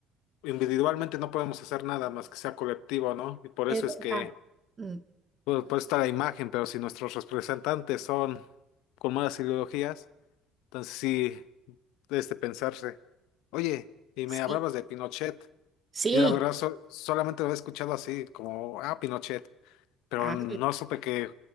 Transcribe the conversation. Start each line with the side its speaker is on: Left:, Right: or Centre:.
Left: individualmente no podemos hacer nada más que sea colectivo, ¿no? Y por
Right: Es
Left: eso
Right: verdad.
Left: es que
Right: Mm,
Left: Pues, pues está la imagen, pero si nuestros representantes son con malas ideologías, entonces sí, es de pensarse. Oye, y
Right: Sí,
Left: me hablabas de Pinochet.
Right: sí.
Left: Yo la verdad sol- solamente lo he escuchado así, como, ah, Pinochet, pero
Right: Ah,
Left: no supe que,